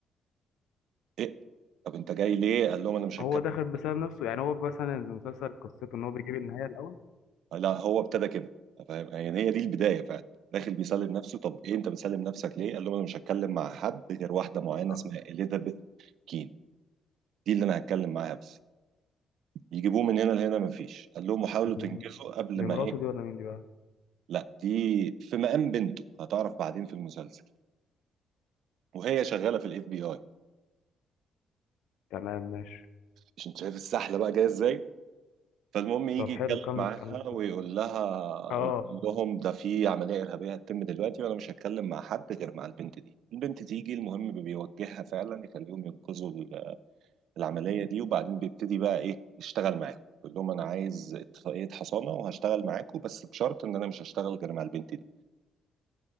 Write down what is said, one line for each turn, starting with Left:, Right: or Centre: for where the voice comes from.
Right: ايه طب انت جاي ليه قال لهم انا مش
Left: هو
Right: هتكلم
Left: داخل بسبب نفسه يعني هو مثلا المسلسل قصته ان هو بيجيب النهايه الاول
Right: لا هو ابتدى كده فاهم يعني هي دي البداية فعلا داخل بيسلم نفسه طب ايه انت بتسلم نفسك ليه قال لهم انا مش هتكلم مع حد غير واحدة معينة
Left: آه.
Right: اسمها اليزابيث كين دي اللي انا هتكلم معاها بس يجيبوه من هنا لهنا مفيش قال لهم حاولوا
Left: دي
Right: تنجزوا قبل
Left: دي
Right: ما
Left: مراته
Right: ايه
Left: دي ولا مين دي بقى
Right: لا دي في مقام بنته هتعرف بعدين في المسلسل وهي شغالة في الاف بي اي
Left: تمام ماشي
Right: مش انت شايف السحلة بقى جاية ازاي فالمهم يجي
Left: طب حلو
Right: يتكلم
Left: كمل
Right: معاها
Left: كمل
Right: ويقول
Left: كده
Right: لها
Left: اه
Right: ويقول لهم ده في عملية إرهابية هتتم دلوقتي وأنا مش هتكلم مع حد غير مع البنت دي البنت تيجي المهم بيوجهها فعلا يخليهم ينقذوا ال- العملية دي وبعدين بيبتدي بقى إيه يشتغل معاهم يقول لهم أنا عايز اتفاقية حصانة وهشتغل معاكم بس بشرط إن أنا مش هشتغل غير مع البنت دي